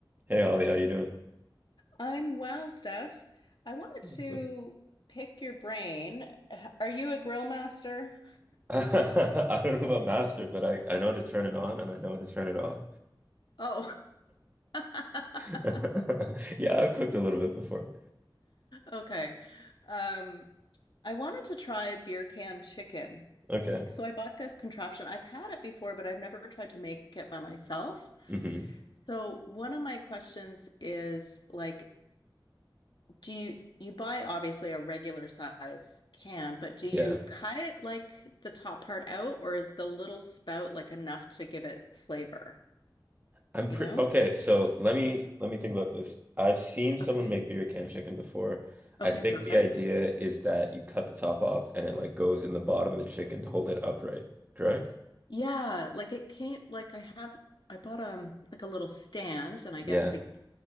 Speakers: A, on the right; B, on the left.
A: Hey Ollie, how you doing?
B: I'm well, Steph. I wanted
A: Excellent.
B: to pick your brain. Are you a grill master?
A: <laughs> I don't know about master, but I, I know how to turn it on and I know how to turn it off.
B: Oh, <laughs>
A: <laughs> Yeah, I've cooked a little bit before.
B: okay. Um, I wanted to try beer can chicken.
A: Okay.
B: So I bought this contraption. I've had it before, but I've never tried to make it by myself.
A: hmm
B: So one of my questions is like, Do you you buy obviously a regular size can, but do
A: Yeah.
B: you cut it like the top part out, or is the little spout like enough to give it flavor?
A: I'm
B: You
A: pretty
B: know?
A: okay, so let me let me think about this. I've seen someone
B: Okay.
A: make beer can chicken before.
B: Okay,
A: I think
B: perfect.
A: the idea is that you cut the top off and it like goes in the bottom of the chicken to hold it upright, correct?
B: Yeah, like it came like I have I bought um like a little stand and I
A: Yeah.
B: guess the